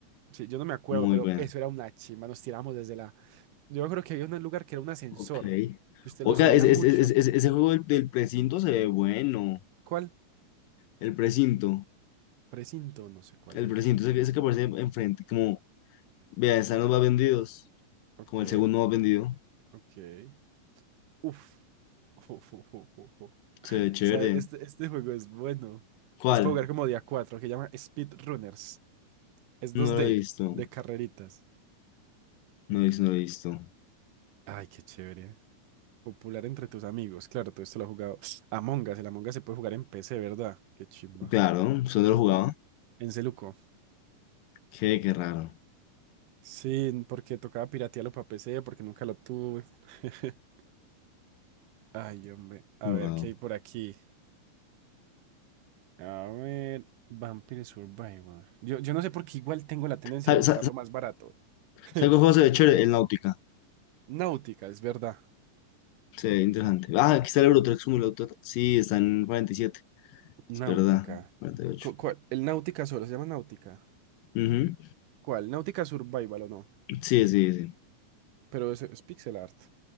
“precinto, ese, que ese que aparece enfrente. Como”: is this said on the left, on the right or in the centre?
Left